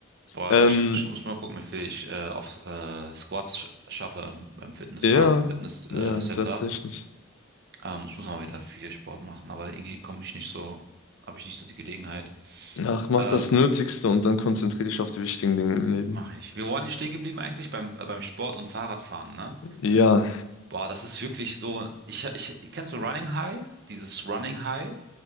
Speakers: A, on the right; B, on the left.
A: Boah,
B: Ähm,
A: ich, Ja. ich muss mal gucken, wie viel ich äh, auf äh, Squats sch- schaffe beim Fitnessfahren,
B: ja,
A: Fitness, äh,
B: ja,
A: Center.
B: tatsächlich.
A: Ähm, ich muss mal wieder viel Sport machen, aber irgendwie komme ich nicht so, habe ich nicht so die Gelegenheit.
B: Ach, mach
A: Ähm,
B: das Nötigste und dann konzentriere dich auf die wichtigen Dinge im Leben.
A: mache ich. Wir waren nicht stehen geblieben eigentlich beim, äh, beim Sport und Fahrradfahren, ne?
B: Ja.
A: Boah, das ist wirklich so. Ich, ich, kennst du Running High? Dieses Running High?